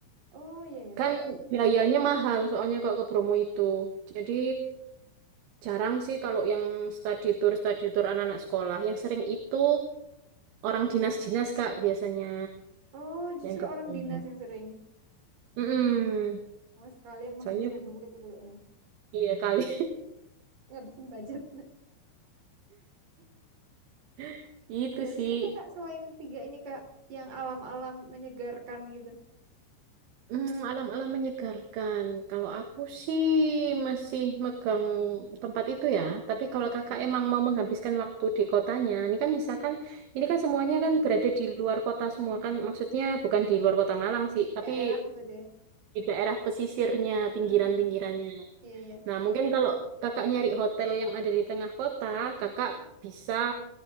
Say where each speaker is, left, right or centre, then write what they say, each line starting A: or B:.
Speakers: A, on the right (about 55°); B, on the right (about 70°).
A: Oh iya ya, enggak
B: Kan
A: ya?
B: biayanya mahal soalnya kok ke Bromo itu. Jadi Jarang sih kalau yang study tour, study tour anak-anak sekolah. Yang sering itu orang dinas-dinas, Kak, biasanya
A: Oh justru
B: yang kebayang.
A: orang dinas yang sering.
B: Mm-mm.
A: Oh sekalian menghabiskan
B: Soalnya
A: duit itu kayaknya,
B: iya kali.
A: menghabiskan budget. <laughs>
B: <laughs> Itu
A: Ada
B: sih
A: lagi nggak kak selain tiga ini kak yang alam-alam menyegarkan gitu
B: mm, alam-alam menyegarkan. Kalau aku sih masih megang tempat itu ya. Tapi kalau kakak emang mau menghabiskan waktu di kotanya, ini kan misalkan ini kan semuanya kan berada di luar kota semua kan. Maksudnya bukan di luar kota Malang
A: di
B: sih, tapi
A: daerah gitu ya?
B: di daerah pesisirnya,
A: Heeh.
B: pinggiran-pinggirannya.
A: Iya iya.
B: Nah, mungkin kalau kakak nyari hotel yang ada di tengah kota, kakak bisa